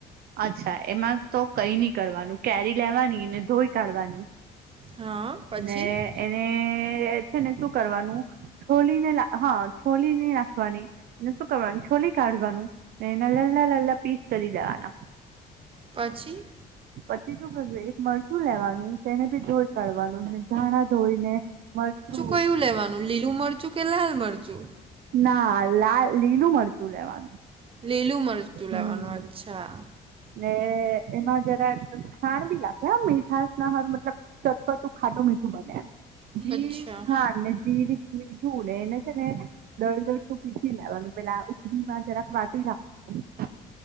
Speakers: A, on the right (about 65°); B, on the right (about 35°).
A: અચ્છા એમાં તો કઈની કરવાનું કેરી લેવાની ને ધોઈ કાઢવાની.
B: હા. પછી
A: ને એને છે ને શું કરવાનું છોલીને રા હા છોલીને ની રાખવાની. અને શું કરવાનું છોલી કાઢવાનું. અને એના લલા લલા પીસ કરી દેવાના.
B: પછી.
A: પછી શું કરવું એક મરચું લેવાનું તેને બી ધોઈ કાઢવાનું ધાણા ધોઈને. મરચું.
B: કયું લેવાનું લીલું મરચું કે લાલ મરચું?
A: ના લાલ લીલું મરચું લેવાનું.
B: લીલું મરચું
A: હમ
B: લેવાનું અચ્છા.
A: ને એમાં જરાક ખાણ બી નાખે મીઠાશના હારું મતલબ ચટપટું ખાટું મીઠું બને એમ. જીરીક
B: અચ્છા
A: ખાણ ને જીરીક મિઠુ ને એને છે ને દળદળ તું પીસી લેવાનું પેલા ઉખડીમાં જરાક વાટી રાખવાનું